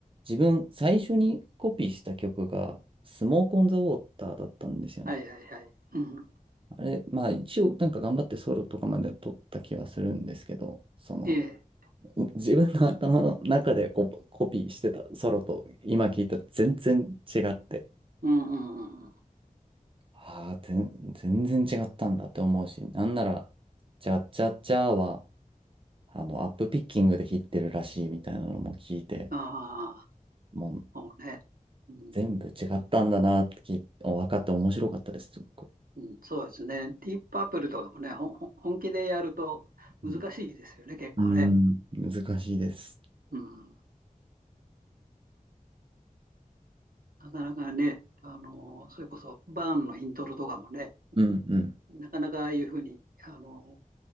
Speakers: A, on the right (about 35°); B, on the right (about 80°).
A: 自分、最初にコピーした曲が、スモークオンザウォーターだったんですよね。
B: はいはいはい。うん。
A: あれ、まあ一応なんか頑張ってソロとかまで撮った気はするんですけど、その
B: ええ。
A: う自分の頭の中でコ、コピーしてたソロと今聞いたら全然違って、
B: うんうんうんうん。
A: ああ、全全然違ったんだって思うし、なんなら、チャッチャッチャーはあのアップピッキングで弾ってるらしいみたいなのも聞いて、
B: ああ、
A: もう
B: そうね。うん、
A: 全部違ったんだなって聞い分かって面白かったです、すっごい。
B: うん、そうですね。ディープアップルとかもね、ほんほん本気でやると難しいですよね、
A: うん、
B: 結構ね。
A: うん、難しいです。
B: うん。なかなかね、あの、それこそバーンのイントロとかもね、
A: うんうん。
B: なかなかああいうふうに、あの、